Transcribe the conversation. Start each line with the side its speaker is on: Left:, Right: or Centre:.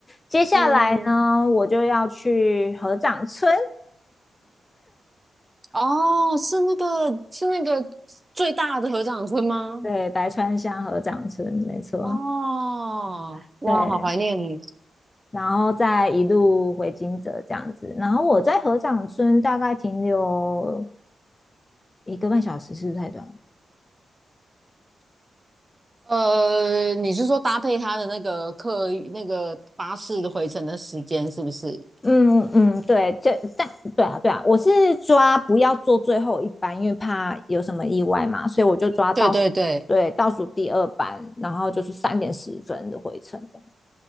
Left: 接下来呢，
Right: 嗯，
Left: 我就要去合掌村，
Right: 哦，是那个是那个最大的合掌村吗？
Left: 对，白川乡合掌村，没错，
Right: 哦，哇，
Left: 对，
Right: 好怀念你。
Left: 然后再一路回金泽这样子。然后我在合掌村大概停留一个半小时是不是太短了？
Right: 呃，你是说搭配他的那个客运那个巴士的回程的时间是不是？
Left: 嗯嗯，对，这但对啊对啊，我是抓不要做最后一班，因为怕有什么意外嘛，所以我就抓倒数，
Right: 对对对，
Left: 对，倒数第二班，然后就是三点十分的回程这样。